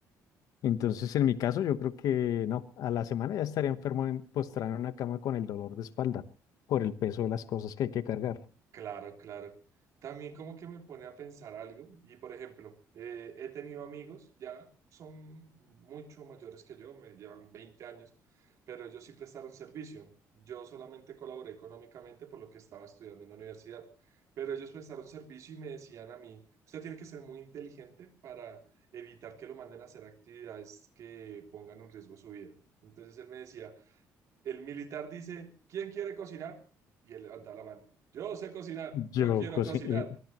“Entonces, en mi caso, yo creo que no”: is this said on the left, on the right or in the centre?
Left